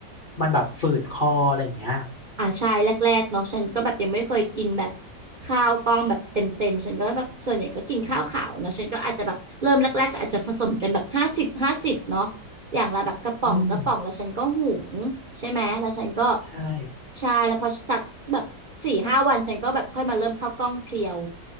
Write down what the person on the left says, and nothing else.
มันแบบฝืดคออะไรอย่างเงี้ย
อืมใช่